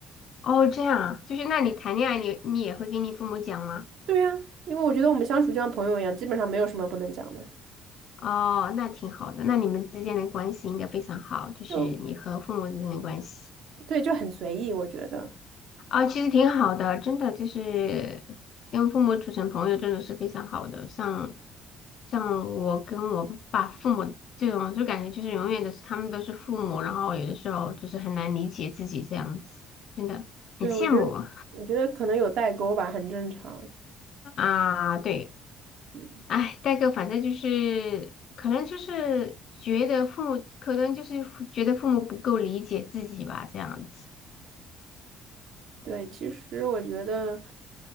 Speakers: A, on the left; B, on the right.
A: 哦，这样啊，就是那你谈恋爱你你也会跟你父母讲吗？
B: 对呀，因为我觉得我们相处就像朋友一样，基本上没有什么不能讲的。
A: 哦，那挺好的，那你们之间的关系应该非常好，就是你和父母之间的关系。
B: 就对，就很随意，我觉得，
A: 啊，其实挺好的，真的就是跟父母处成朋友，真的是非常好的。像像我跟我爸父母这种，就感觉就是永远都是他们都是父母，然后有的时候就是很难理解自己这样子，真的很羡慕
B: 对，我觉得，我觉得可能有代沟吧，很正常。
A: 啊。对，
B: 嗯，
A: 哎，代哥，反正就是可能就是觉得父母，可能就是觉得父母不够理解自己吧，这样子。
B: 对，其实我觉得，